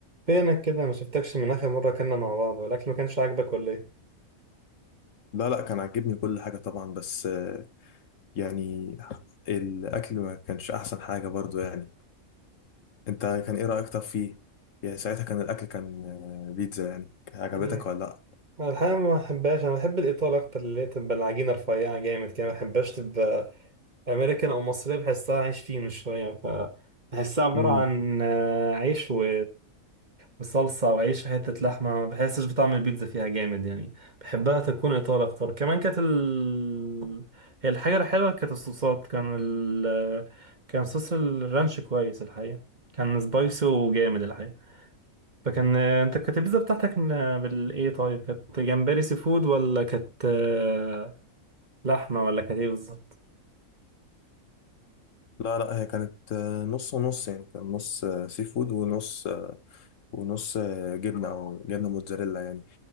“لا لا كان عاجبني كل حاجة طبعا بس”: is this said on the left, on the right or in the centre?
Left